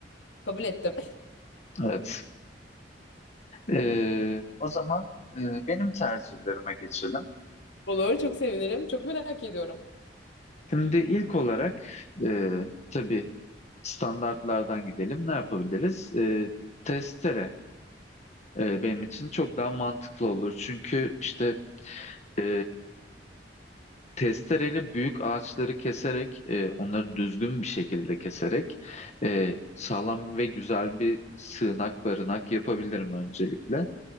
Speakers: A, on the left (about 85°); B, on the left (about 40°).
A: Kabul ettim.
B: Evet. Ee, o zaman e, benim tercihlerime geçelim.
A: <laughs> Olur. Çok sevinirim. Çok merak ediyorum.
B: Şimdi ilk olarak e, tabii standartlardan gidelim. Ne yapabiliriz? E, testere e, benim için çok daha mantıklı olur. Çünkü işte e, testereyle büyük ağaçları keserek, e, onları düzgün bir şekilde keserek e, sağlam ve güzel bir sığınak barınak yapabilirim öncelikle.